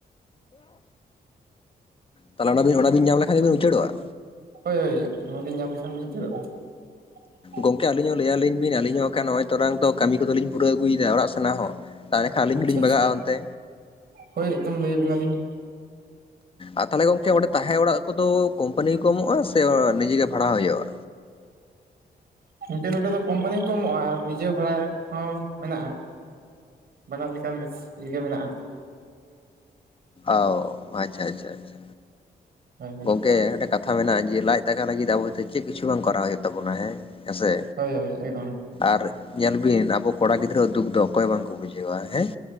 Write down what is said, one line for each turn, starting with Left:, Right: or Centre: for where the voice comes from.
Left: ᱛᱟᱦᱚᱞᱮ ᱚᱱᱟ <unintelligible> ᱚᱱᱟ ᱵᱤᱱ ᱧᱟᱢ ᱞᱮᱠᱷᱟᱱ ᱜᱮᱵᱤᱱ ᱩᱪᱟᱹᱲᱚᱜᱼᱟ
Right: ᱦᱳᱭ ᱦᱳᱭ ᱱᱚᱣᱟᱞᱤᱧ ᱧᱟᱢ ᱞᱮᱠᱷᱟᱱ ᱜᱮᱞᱤᱧ ᱩᱪᱟᱹᱲᱚᱜᱼᱟ <inaudible>
Left: ᱜᱚᱝᱠᱮ ᱟᱹᱞᱤᱧ ᱦᱚᱸ ᱞᱟᱹᱭᱟᱞᱤᱧ ᱵᱤᱱ ᱟᱞᱤᱧ ᱦᱚᱸ ᱠᱷᱟᱱ ᱱᱚᱜᱼᱚᱭ ᱛᱚᱨᱟᱝ ᱫᱚ ᱠᱟᱹᱢᱤ ᱠᱚᱫᱚᱞᱤᱧ ᱯᱩᱨᱟᱹᱣ ᱟᱹᱜᱩᱭᱮᱫᱟ ᱚᱲᱟᱜ ᱥᱮᱱᱟᱜ ᱦᱚᱸ ᱛᱟᱦᱚᱞᱮ ᱠᱷᱟᱱ ᱟᱞᱤᱧ
Right: ᱟᱪᱪᱷᱟ
Left: ᱦᱚᱸᱞᱤᱧ
Right: ᱟᱪᱪᱷᱟ
Left: ᱵᱟᱜᱟᱜᱼᱟ ᱚᱱᱛᱮ
Right: ᱦᱳᱭ ᱮᱠᱫᱚᱢ ᱞᱟᱹᱭᱟ ᱵᱤᱱᱟ ᱞᱤᱧ
Left: ᱟᱨ ᱛᱟᱦᱞᱮ ᱜᱚᱝᱠᱮ ᱚᱸᱰᱮ ᱛᱟᱦᱮᱸ ᱚᱲᱟᱜ ᱠᱚᱫᱚ ᱠᱳᱢᱯᱟᱱᱤ ᱜᱮᱠᱚ ᱮᱢᱚᱜᱼᱟ ᱥᱮ ᱱᱤᱡᱮᱜ ᱜᱮ ᱵᱷᱟᱲᱟ ᱦᱩᱭᱩᱜᱼᱟ
Right: <unintelligible> ᱱᱚᱰᱮ ᱫᱚ ᱠᱚᱢᱯᱟᱱᱤ ᱦᱚᱸ ᱠᱚ ᱮᱢᱚᱜᱼᱟ ᱟᱨ ᱱᱤᱡᱮ ᱵᱷᱟᱲᱟ ᱦᱚᱸ ᱢᱮᱱᱟᱜᱼᱟ ᱵᱟᱱᱟᱨ ᱞᱮᱠᱟᱱ <unintelligible> ᱜᱮ ᱢᱮᱱᱟᱜᱼᱟ
Left: ᱟᱣ ᱟᱪᱪᱷᱟ ᱟᱪᱪᱷᱟ ᱟᱪᱪᱷᱟ
Right: <unintelligible>
Left: ᱦᱮᱸ ᱢᱤᱫ ᱠᱟᱛᱷᱟ ᱢᱮᱱᱟᱜᱼᱟ ᱡᱮ ᱞᱟᱻᱡ ᱫᱟᱠᱟ ᱞᱟᱹᱜᱤᱫ ᱟᱵᱚ ᱫᱚ ᱪᱮᱫ ᱠᱤᱪᱩ ᱵᱟᱝ ᱠᱚᱨᱟᱣ ᱦᱩᱭᱩᱜ ᱛᱟᱵᱚᱱᱟ ᱦᱮᱸ ᱦᱮᱸᱥᱮ
Right: <unintelligible> ᱮᱠᱫᱚᱢ
Left: ᱟᱨ ᱧᱮᱞ ᱵᱤᱱ ᱟᱵᱚ ᱠᱚᱲᱟ ᱜᱤᱫᱽᱨᱟᱹ ᱫᱩᱠ ᱫᱚ ᱚᱠᱚᱭ ᱦᱚᱸ ᱵᱟᱝᱠᱚ ᱵᱩᱡᱷᱟᱹᱣᱟ ᱦᱮᱸ